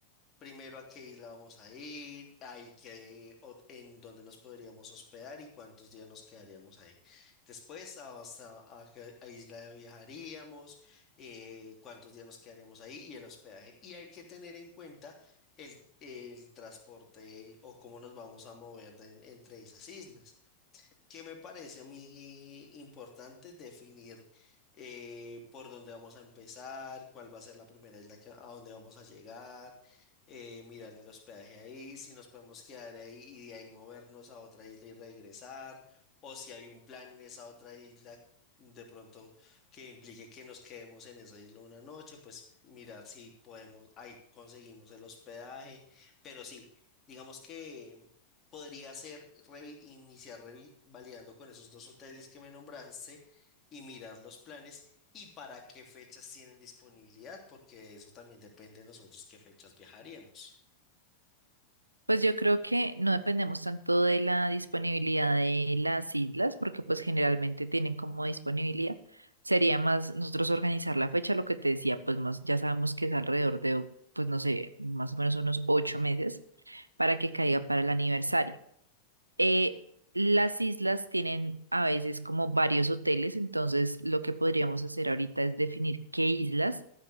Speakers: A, on the left; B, on the right.
A: primero a qué isla vamos a ir, hay que, en dónde nos podríamos hospedar y cuántos días nos quedaríamos ahí. Después, a- hasta a qué a isla viajaríamos, eh, cuántos días nos quedaríamos ahí y el hospedaje. Y hay que tener en cuenta el, el transporte o cómo nos vamos a mover de- entre esas islas que me parece a mí importante definir eh, por dónde vamos a empezar, cuál va a ser la primera isla que- a dónde vamos a llegar, eh, mirar el hospedaje ahí, si nos podemos quedar ahí y de ahí movernos a otra isla y regresar, o si hay un plan en esa otra isla de pronto que implique que nos quedemos en esa isla una noche, pues mirar si podemos, ahí conseguimos el hospedaje, pero sí, digamos que... Podría ser revi- iniciar revalidando con esos dos hoteles que me nombraste y mirar los planes y para qué fechas tienen disponibilidad, porque eso también depende de nosotros qué fechas viajaríamos.
B: Pues yo creo que no dependemos tanto de la disponibilidad de las islas, porque pues generalmente tienen como disponibilidad. Sería más nosotros organizar la fecha, lo que te decía, pues más ya sabemos que es alrededor de, pues no sé, más o menos unos ocho meses para que caiga para el aniversario. Eh, las islas tienen a veces como varios hoteles, entonces lo que podríamos hacer ahorita es definir qué islas